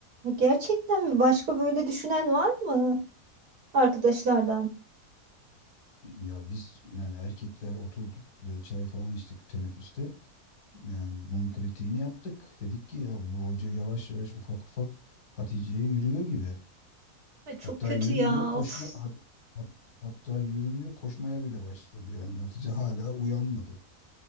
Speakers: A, on the right; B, on the left.
A: gerçekten mi başka böyle düşünen var mı arkadaşlardan?
B: Ya biz yani erkekler oturduk ve çay falan içtik teneffüste. Yani bunun kritiğini yaptık. Dedik ki ya bu hoca yavaş yavaş ufak ufak Hatice'ye yürüyor gibi.
A: Ay çok
B: Hatta
A: kötü
B: yürümüyor
A: ya.
B: koşma
A: Of.
B: hat- hat- hatta yürümüyor koşmaya bile başladı yani. Hatice hala uyanmadı.